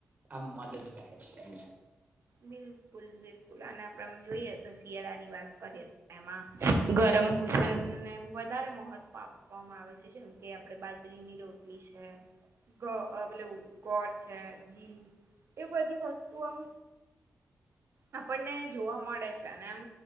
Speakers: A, on the right (about 40°); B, on the right (about 65°).
A: આમ મદદ કરે છે.
B: બિલકુલ બિલકુલ આને આપડ જોઈએ તો શિયાળાની વાત કરીએ. એમાં ગરમ ભોજનને વધારે મહત્વ આપવામાં આવે છે. જેમ કે આપડે બાજરીની રોટલી છે. <unintelligible> પેલું ગોળ છે. ઘી એ બધી વસ્તુ આમ આપણને જોવા મળે છે. અને એમ